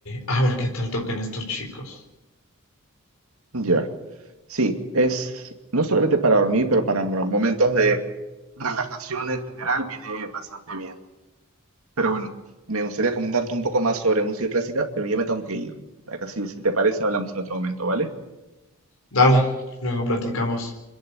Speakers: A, on the left; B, on the right.
A: a ver qué tal toquen estos chicos.
B: Ya. Sí, es no solamente para dormir, pero para mo- momentos de relajación en general viene bastante bien. Pero bueno, me gustaría comentarte un poco más sobre música clásica, pero ya me tengo que ir. Acá sí, si te parece, hablamos en otro momento, ¿vale?
A: Dale, luego platicamos